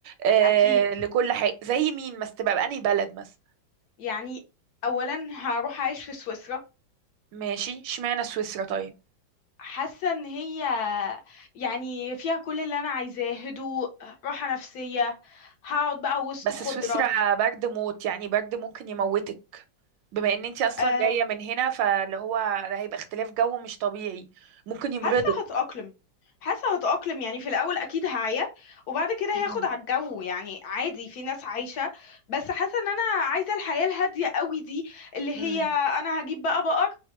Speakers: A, on the right (about 85°); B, on the left (about 65°).
A: آه
B: اكيد
A: لكل حاجه زي مين بس تبقى بأنهي بلد مثلا
B: يعني اولا هروح اعيش في سويسرا
A: ماشي اشمعنى سويسرا طيب
B: حاسه ان هي يعني فيها كل اللي انا عايزاه هدوء راحه نفسيه هقعد بقى وسط
A: بس
B: خضره
A: سويسرا برد موت يعني برد ممكن يموتك بما ان انت اصلا
B: أه
A: جاية من هنا فاللي هو ده هيبقى اختلاف جو مش طبيعي ممكن
B: حاسه
A: يمرضك
B: هتأقلم حاسه هتأقلم يعني في الاول اكيد هعيا وبعد كده
A: مم.
B: هاخد على الجو يعني عادي في ناس عايشه بس حاسه ان انا عايزه الحياه الهاديه قوي دي اللي
A: مم.
B: هي انا هجيب بقى بقر